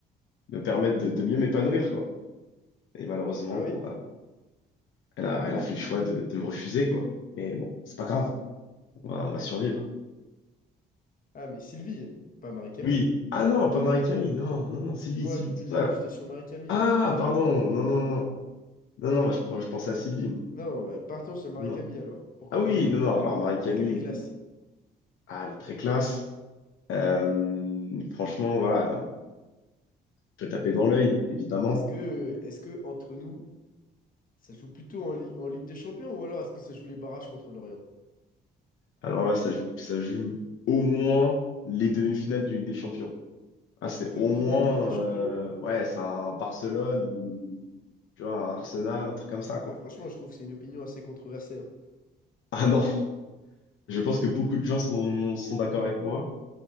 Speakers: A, on the left (about 80°); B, on the left (about 45°).
A: me permettre de, de mieux m'épanouir, quoi. Et malheureusement,
B: Ah oui?
A: bon, bah, elle a, elle a fait le choix de, de me refuser, quoi. Mais bon, c'est pas grave. On va, on va survivre.
B: Ah, mais Sylvie, pas Marie-Camille.
A: Oui. Ah non, pas Marie-Camille. Non, non, non, Sylvie,
B: Moi,
A: Sylvie,
B: depuis
A: c'est pour
B: le début,
A: ça.
B: j'étais sur Marie-Camille,
A: Ah,
B: là. Il y avait.
A: pardon. Non, non, non, non. Non, non, bah, je, je pensais à Sylvie. moi.
B: Non, bah, partons sur Marie-Camille
A: Non.
B: alors. Pourquoi
A: Ah oui,
B: Marie-Camille,
A: non, non.
B: là?
A: Alors, Marie-Camille,
B: Est-ce qu'elle est classe?
A: ah, elle est très classe. Euh, franchement, voilà, peut taper dans l'œil, évidemment.
B: Est-ce que, est-ce que entre nous. Ça joue plutôt en, Li- en Ligue des Champions ou alors est-ce que ça joue les barrages contre l'Orient?
A: Alors là, ça joue, ça joue au moins les demi-finales de Ligue des Champions. Ah, c'est
B: Demi-finale
A: au moins,
B: de Ligue des Champions?
A: euh, ouais, c'est un Barcelone ou tu vois, un Arsenal, un truc comme ça, quoi.
B: Ah, franchement,
A: <laughs>
B: je trouve que c'est une opinion assez controversée. hein.
A: Ah non, je pense que beaucoup
B: Ouais,
A: de gens sont, sont d'accord avec moi.